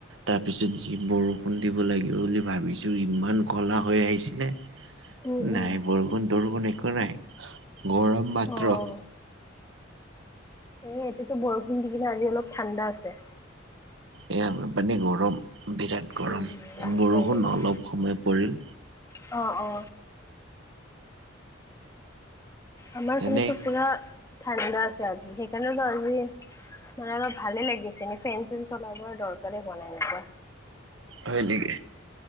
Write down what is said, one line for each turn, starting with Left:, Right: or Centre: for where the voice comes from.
Right: তাৰ পিছত যি বৰষুণ দিব লাগিব বুলি ভাবিছোঁ ইমান ক'লা হৈ আহিছিলে
Left: উম উম
Right: নাই বৰষুণ তৰগুণ একো নাই গৰম মাত্ৰ
Left: অ', এ এতিতো বৰষুণ দি কিনে আজি অলপ ঠাণ্ডা আছে
Right: এয়াৰপানী গৰম বিৰাট গৰম
Left: উম।
Right: বৰষুণ
Left: হয় নেকি?
Right: অলপ সময় পৰিল
Left: অ অ আমাৰ সানতো
Right: এনেই
Left: পুৰা ঠাণ্ডা আছে আজি সেইকাৰণেতো আজি মানে অলপ ভালে লাগিছে ন ফেন চ চলাবৰ দৰকাৰ বনাই না
Right: হয় নেকি